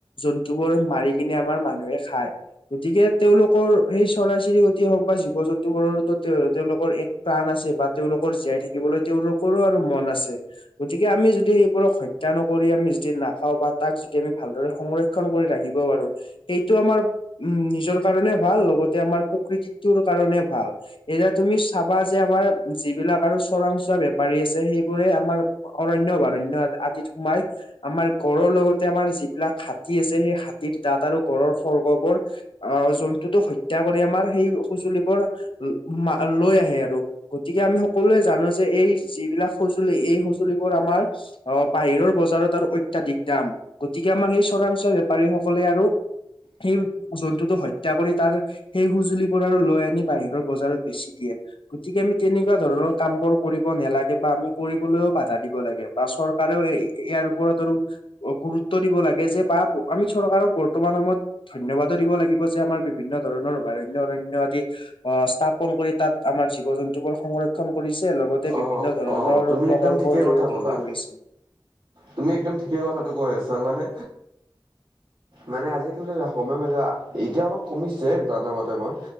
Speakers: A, on the left; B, on the right.
A: জন্তু বোৰ মাৰি কিনে আমাৰ মানুহে খায় গতিকে তেওঁলোকৰ সেই চৰাই চিৰিকটিয়ে হওক বা জীৱ জন্তুবোৰো তেওঁ তেওঁলোকৰ প্ৰাণ আছে বা তেওঁলোকৰ জীয়াই থাকিবলৈ তেওঁলোকৰো আৰু মন আছে গতিকে আমি যদি সেইবোৰক হত হত্যা নকৰি আমি যদি না নাখাওঁ বা তাক যদি আমি ভালদৰে সংৰক্ষণ কৰি ৰাখিব পাৰো সেইটো আমাৰ উম নিজৰ কাৰণে ভাল লগতে আমাৰ প্ৰকৃতিটোৰ কাৰণে ভাল এতিয়া তুমি চাবা যে আমাৰ যিবিলাক আৰু চোৰাং চোৱা বেপাৰী আছে সেইবোৰে আমাৰ অৰণ্য বৰণ্য আদিত মাইক গড়ৰ লগতে আমাৰ যিবিলাক হাতী আছে সেই হাতীৰ দাঁত আৰু গড়ৰ খৰ্গবোৰ অহ যোন টো হত্যা কৰি আমাৰ সেই সজুলিবোৰ মা লৈ আহে আৰু গতিকে আমি সকলোৱে জানো যে এই যিবিলাক সঁজুলি এই সঁজুলিবোৰ আমাৰ অ বাহিৰৰ বজাৰত আৰু অত্যাধিক দাম গতিকে আমাৰ সেই চোৰাংচোৱা বেপাৰীসকলে আৰু সেই জন্তুটো হত্যা কৰি তাৰ সেই সজুলিবোৰ আৰু লৈ আনি বাহিৰৰ বজাৰত বেচি দিয়ে গতিকে আমি তেনেকুৱা ধৰণৰ কামবোৰ কৰিব নালাগে বা আমি কৰিবলৈও বাধা দিব লাগে বা চৰকাৰ চৰকাৰেও ইয়াৰ ওপৰত তো গুৰুত্ব দিব লাগে যে বা আমি চৰকাৰক বৰ্তমান সময়ত ধন্যবাদো দিব লাগিব যে আমাৰ বিভিন্ন ধৰণৰ অভাৰণ্য অৰণ্য আদি অ স্থাপন কৰি তাত আমাৰ জীৱ জন্তু বোৰ সংৰ ক্ষণ কৰিছে লগতে
B: অ
A: বিভিন্ন ধৰণৰ
B: অ তুমি
A: প্ৰকল্পৰ
B: একদম ঠিকেই কথা
A: জৰিয়তে
B: ক'লা
A: শেষ হৈছে
B: তুমি একদম ঠিকেই কথাটো কৈ আছা মানে মানে আজিকালি সময় য়া এতিয়া অলপ কমিছে জানা মতে মই